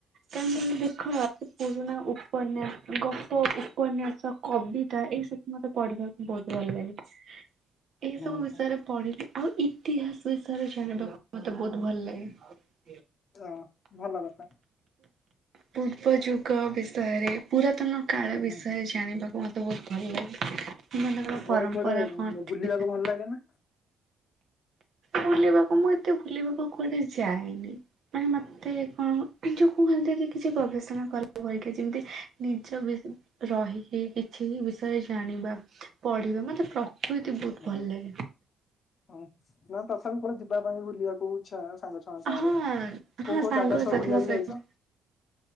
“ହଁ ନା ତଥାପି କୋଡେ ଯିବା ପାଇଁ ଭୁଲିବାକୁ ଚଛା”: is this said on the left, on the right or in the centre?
Left